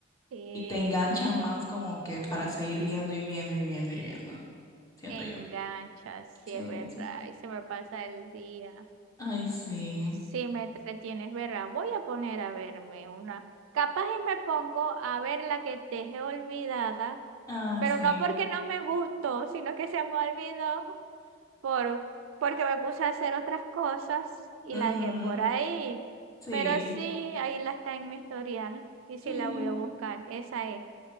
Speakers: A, on the right; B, on the left.
A: Sí,
B: y te enganchan más como que para seguir viendo y viendo y viendo y viendo. Siento
A: engancha,
B: yo.
A: sí
B: Sí,
A: es verdad.
B: sí.
A: Y se me pasa el día.
B: Ay, sí.
A: Sí me entretienes, ¿verdad? Voy a poner a verme una. Capaz y me pongo a ver la que dejé olvidada,
B: Ay,
A: pero
B: sí.
A: no porque no me gustó, sino que se me olvidó. por, porque me puse a hacer otras cosas
B: Ujú.
A: y la dejé por ahí.
B: Sí,
A: Pero sí, ahí la está en mi historial y sí
B: sí,
A: la voy a buscar, esa es.